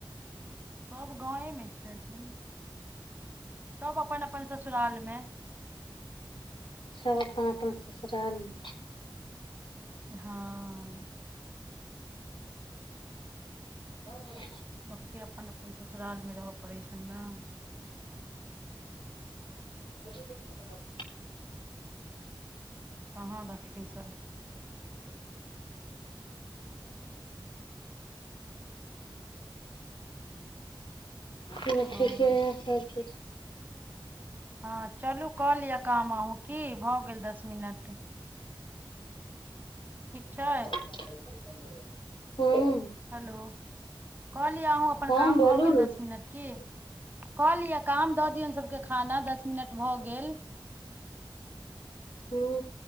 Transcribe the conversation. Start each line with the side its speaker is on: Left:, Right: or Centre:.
Right: सब गांवे मे छथिन, सब अप्पन अप्पन ससुराल मे।
Left: सब अप्पन- अप्पन ससुराल मे।
Right: ते हा म।
Left: जाउ ने।
Right: सबके अप्पन -अपपन ससुराल मे रहय पड़ैय छनि ने।
Left: विजय थाला।
Right: कहाँ रखथिन सब।
Left: ह
Right: हँ
Left: ठीके य, सब कुछ।
Right: हँ चलू कऽ लिअ काम अहूँ की भऽ गेल दस मिनट। ठीक छै।
Left: ै <unintelligible> हँ
Right: हेलो, कहलियै अहूँ अप्पन
Left: हँ
Right: काम
Left: बोलू
Right: भऽ गेल
Left: ने
Right: दस मिनट की। कऽ लियअ काम दऽ दियनि सभके खाना, दस मिनट भऽ गेल।
Left: हू